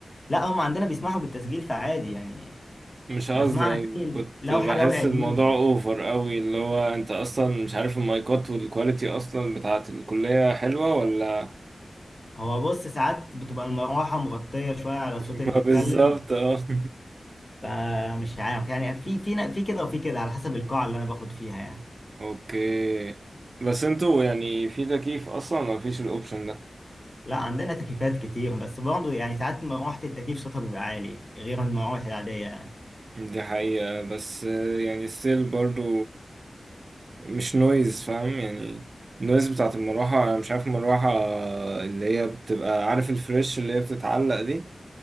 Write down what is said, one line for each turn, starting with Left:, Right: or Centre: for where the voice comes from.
Left: لا هما عندنا بيسمحوا بالتسجيل فعادي يعني
Right: مش قصدي
Left: بسمعها
Right: يعني
Left: تاني
Right: كنت
Left: لو
Right: بحس
Left: حاجه وقعت
Right: الموضوع
Left: مني
Right: اوفر قوي اللي هو انت اصلا مش عارف المايكات والكواليتي اصلا بتاعة الكلية حلوة ولا
Left: هو بص ساعات بتبقى المروحه مغطيه شويه على الصوت
Right: <laughs>
Left: اللي
Right: ما
Left: بيتكلم
Right: بالظبط اه
Left: فمش عارف يعني في في في كده وفي كده على حسب القاعه اللي انا باخد فيها يعني
Right: <laughs> اوكي بس انتوا يعني في تكييف اصلا ما فيش الاوبشن ده
Left: لا عندنا تكييفات كتير بس برضه يعني ساعات مروحة التكييف صوتها بيبقى عالي غير المراوح العادية يعني
Right: دي حقيقة بس يعني ستيل برضو مش نويز فاهم يعني النويز بتاعت المروحة أنا مش عارف المروحة اللي هي بتبقى عارف الفريش اللي هي بتتعلق دي